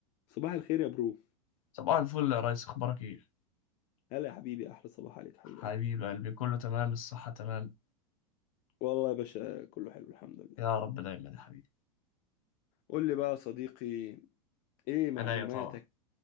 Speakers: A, on the left; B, on the left.
A: صباح الخير يا برو
B: صباح الفل يا ريس اخبارك ايه
A: هلا يا حبيبي احلى صباح عليك حبيب
B: حبيب
A: قلبي
B: قلبي كله تمام الصحة تمام
A: والله يا باشا كله حلو الحمد لله
B: يا رب دايما يا حبيبي
A: قول لي بقى يا صديقي ايه معلوماتك
B: انا أيوة طبعا